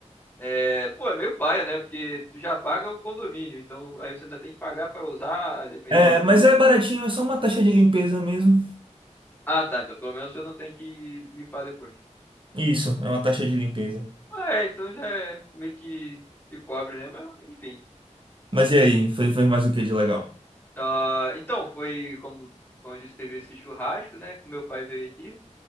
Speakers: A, on the left; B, on the right.
A: É, pô, é meio paia, né? Porque tu já paga o condomínio, então aí você ainda tem que pagar pra usar a dependência.
B: É, mas é baratinho, é só uma taxa de limpeza mesmo.
A: Ah, tá. Então pelo menos você não tem que limpar depois.
B: Isso, é uma taxa de limpeza.
A: Ah, é, então já é meio que se cobre, né? Mas enfim.
B: Mas e aí, fez, fez mais o que de legal?
A: Ah, então, foi como, como eu disse, teve esse churrasco, né? Que meu pai veio aqui.